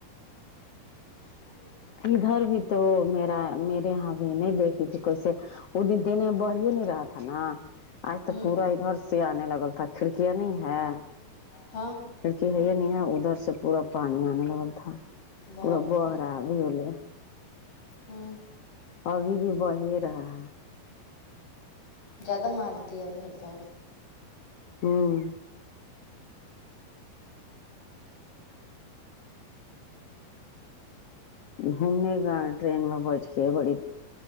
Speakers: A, on the left (about 60°); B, on the left (about 85°).
A: <unintelligible>
B: ادھر بھی تو میرا میرے یہاں نہیں نہیں دیکھی تھی کیسے وہ دن دینے میں بھڑ ہی نہیں رہا تھا نا آج
A: ہوں
B: تو پورا ادھر سے آنے لگل تھا کھڑکیاں نہیں ہے
A: ہاں
B: کھڑکی ہے یہ نہیں ہے ادھر سے پورا پانی آنے لگا تھا
A: باپ
B: پورا بہرا
A: رے
B: اب ہولے
A: ہوں
B: ابھی بھی بہہ ہی رہا ہے
A: جیادہ مار دیا ہے ادھر تو
B: ہوں گھومنے گیا ٹرین میں بیٹھ کے بڑی